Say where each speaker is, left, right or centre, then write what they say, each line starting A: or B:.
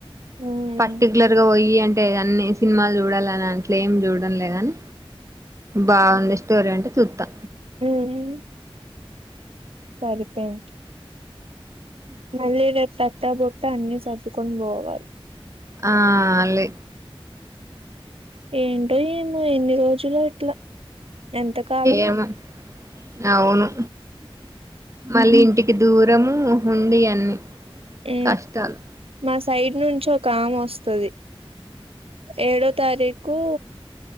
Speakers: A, on the right (about 75°); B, on the right (about 30°).
A: హ్మ్.
B: పర్టికులర్ గా పోయి అంటే అన్ని సినిమాలు చూడాలని అంట్లే ఏం చూడన్లేగాని బావుంది స్టోరీ అంటే చూస్తా
A: మ్ మ్ సరిపోయింది మళ్ళీ రేపు తట్ట బుట్ట అన్నిీ సర్దుకొని పోవాలి
B: ఆ... లే
A: ఏంటో ఏమో ఎన్ని రోజులు ఇట్లా ఎంతకాలము
B: ఏమో అవును మళ్ళీ ఇంటికి దూరము ఉండి అన్ని
A: ఊ
B: కష్టాలు
A: మస్త్ సైడ్ నుంచి ఒక ఆమె వస్తుది ఏడో తారీకుు